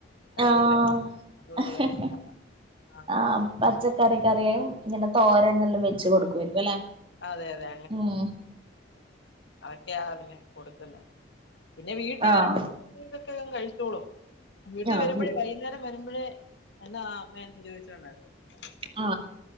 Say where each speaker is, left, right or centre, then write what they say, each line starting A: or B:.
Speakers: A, on the left; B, on the right.
A: കൈയിലെ
B: ആഹ്
A: <unintelligible>
B: ആഹ് പച്ചക്കറി കറിയും ഇങ്ങനെ തോരൻ എല്ലാം വെച്ച് കൊടുക്കുവരുക്കും അല്ലേ
A: അതെ അതെ
B: ഉം
A: ക്കെയാ പിന്നെ കൊടുക്കുന്നെ പിന്നെ വീട്ടിൽ
B: ആഹ്
A: വരുമ്പോ <unintelligible> <unintelligible> കഴിച്ചോളും വീട്ടിൽ
B: ആഹ്
A: വരുമ്പഴേ വൈകുന്നേരം വരുമ്പോഴേ എന്താ അമ്മേന്ന് ചോദിച്ചോണ്ടാ വരുന്നത്
B: ആ